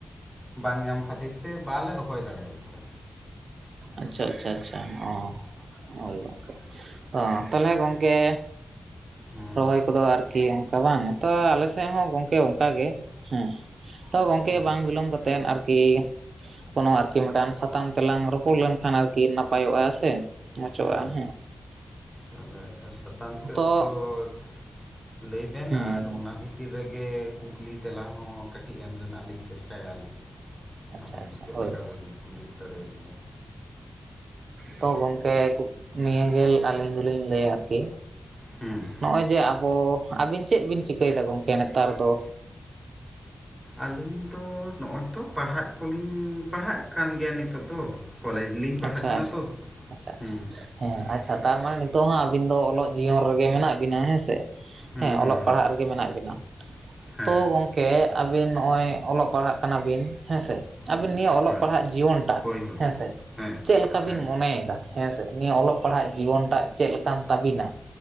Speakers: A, in the centre; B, on the right.
A: ᱵᱟᱝ ᱧᱟᱢ ᱠᱷᱟᱹᱛᱤᱨ ᱛᱮ ᱵᱟᱞᱮ ᱨᱚᱦᱚᱭ ᱫᱟᱲᱮᱣ ᱠᱟᱫᱟ᱾
B: ᱟᱪᱪᱷᱟ ᱟᱪᱪᱷᱟ ᱟᱪᱪᱷᱟ ᱚ ᱦᱳᱭ ᱜᱚᱝᱠᱮ, ᱚ ᱛᱟᱦᱞᱮ ᱜᱚᱝ ᱠᱮ
A: ᱦᱩᱸ
B: ᱨᱚᱦᱚᱭ ᱠᱚᱫᱚ ᱟᱨ ᱠᱤ ᱚᱝᱠᱟ ᱵᱟᱝ ᱛᱚ ᱟᱞᱮ ᱥᱮᱜ ᱦᱚᱸ ᱜᱚᱝᱠᱮ ᱚᱝᱠᱟ ᱜᱮ᱾ ᱦᱮᱸ ᱛᱚ ᱜᱚᱝᱠᱮ
A: ᱦᱩᱸ
B: ᱵᱟᱝ ᱵᱤᱞᱚᱢ ᱠᱟᱛᱮᱫ ᱟᱨ ᱠᱤ ᱠᱳᱱᱳ ᱟᱨᱠᱤ ᱢᱤᱜᱴᱟᱝ ᱥᱟᱛᱟᱢ ᱛᱮᱞᱟᱝ ᱨᱚᱯᱚᱲ ᱞᱮᱱᱠᱷᱟᱱ ᱟᱨᱠᱤ ᱱᱟᱯᱟᱭᱚᱜᱼᱟ ᱥᱮ᱾ ᱢᱚᱪᱚᱜᱼᱟ
A: ᱦᱩᱸ ᱦᱩᱸ
B: ᱦᱮᱸ
A: ᱛᱟᱦᱚᱞᱮ ᱥᱟᱛᱟᱢ ᱛᱮᱫ
B: ᱛᱚ
A: ᱫᱚᱠ ᱞᱟᱹᱭᱵᱮᱱ?
B: ᱦᱮᱸ
A: ᱟᱨ ᱚᱱᱟ ᱵᱷᱤᱛᱤᱨ ᱨᱮᱜᱮ ᱠᱩᱠᱞᱤ ᱛᱮᱞᱟ ᱦᱚᱸ ᱠᱟᱹᱴᱤᱜ ᱮᱢ ᱨᱮᱱᱟᱜ ᱞᱤᱧ ᱪᱮᱥᱴᱟᱭᱟ ᱟᱞᱤᱧ᱾
B: ᱟᱪᱪᱷᱟ
A: ᱟᱵᱮᱱ
B: ᱟᱪᱪᱷᱟ
A: ᱪᱮᱜ
B: ᱦᱳᱭ
A: ᱞᱮᱠᱟ ᱵᱮᱱ ᱠᱩᱞᱤᱯ ᱫᱟᱲᱮᱣ ᱞᱤᱧᱟᱹ᱾
B: ᱛᱚ ᱜᱚᱝᱠᱮ ᱠᱩᱠ ᱱᱤᱭᱟᱹ ᱜᱮ ᱟᱞᱤᱧ ᱫᱚᱞᱤᱧ ᱞᱟᱹᱭᱟ ᱟᱨᱠᱤ
A: ᱦᱩᱸ,
B: ᱱᱚᱜᱼᱚᱭ ᱡᱮ ᱟᱵᱚ ᱟᱹᱵᱤᱱ ᱪᱮᱜ ᱵᱤᱱ ᱪᱤᱠᱟᱹᱭᱫᱟ ᱜᱚᱝᱠᱮ ᱱᱮᱛᱟᱨ ᱫᱚ?
A: ᱟᱹᱞᱤᱧ ᱫᱚ ᱱᱚᱜᱼᱚᱭ ᱛᱚ ᱯᱟᱲᱦᱟᱜ ᱠᱚᱞᱤᱧ ᱯᱟᱲᱦᱟᱜ ᱠᱟᱱ ᱜᱮᱭᱟ ᱱᱤᱛᱚᱜ ᱫᱚ ᱠᱚᱞᱮᱡᱽ ᱞᱤᱧ ᱯᱟᱲᱦᱟᱜ
B: ᱟᱪᱪᱷᱟ
A: ᱠᱟᱱᱟ
B: ᱟᱪᱪᱷᱟ
A: ᱛᱚ
B: ᱟᱪᱪᱷᱟ ᱟᱪᱪᱷᱟ
A: ᱦᱩᱸ᱾
B: ᱦᱮᱸ ᱟᱪᱪᱷᱟ ᱛᱟᱨᱢᱟᱱᱮ ᱱᱤᱛᱚᱜ ᱦᱚᱸ ᱟᱵᱤᱱ ᱫᱚ ᱚᱞᱚᱜ ᱡᱤᱭᱚᱱ ᱨᱮᱜᱮ ᱢᱮᱱᱟᱜ ᱵᱤᱱᱟ ᱦᱮᱸ ᱥᱮ᱾
A: ᱦᱩᱸ
B: ᱦᱮᱸ
A: ᱦᱩᱸ
B: ᱚᱞᱚᱜ ᱯᱟᱲᱦᱟᱜ ᱨᱮᱜᱮ ᱢᱮᱱᱟᱜ ᱵᱤᱱᱟ᱾
A: ᱦᱮᱸ
B: ᱛᱚ ᱜᱚᱝᱼ ᱠᱮ ᱟᱹᱵᱤᱱ ᱱᱚᱸᱜᱼᱚᱭ ᱚᱞᱚᱜ ᱯᱟᱲᱦᱟᱜ ᱠᱟᱱᱟᱵᱤᱱ ᱦᱮᱸᱥᱮ, ᱟᱹᱵᱤᱱ
A: ᱦᱩᱸ
B: ᱱᱤᱭᱟᱹ ᱚᱞᱚᱜ
A: ᱦᱮᱸ
B: ᱯᱟᱲᱦᱟᱜ ᱡᱤᱭᱚᱱ ᱴᱟᱜ
A: ᱦᱳᱭ ᱦᱳᱭ
B: ᱦᱮᱸᱥᱮ
A: ᱦᱮᱸ
B: ᱪᱮᱜ ᱞᱮᱠᱟ
A: ᱦᱮᱸ
B: ᱵᱤᱱ ᱢᱚᱱᱮᱭᱮᱫᱟ? ᱦᱮᱸᱥᱮ ᱱᱤᱭᱟᱹ ᱚᱞᱚᱜ ᱯᱟᱲᱦᱟᱜ ᱡᱤᱵᱚᱱ ᱴᱟᱜ ᱪᱮᱜ ᱞᱮᱠᱟᱱ ᱛᱟᱹᱵᱤᱱᱟ?